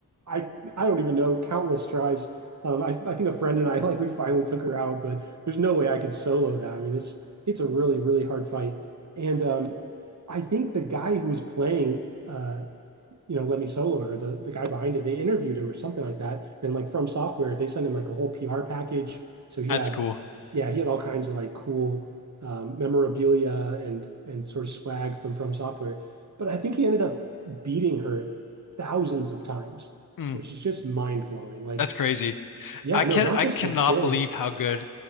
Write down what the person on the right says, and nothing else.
I I don't even know, countless tries. Um, I I think a friend and I <laughs> like we finally took her out, but there's no way I could solo that. I mean, it's it's a really really hard fight. And um, I think the guy who was playing, uh, you know, Lemmy Solo or the the guy behind it, they interviewed him or something like that. And like from software, they sent him like a whole PR package. So he
had,
yeah, he had all kinds of like cool um, memorabilia and and sort of swag from from software. But I think he ended up beating her thousands of times,
which is just mind blowing. Like,
yeah,
no,
not
just
the skill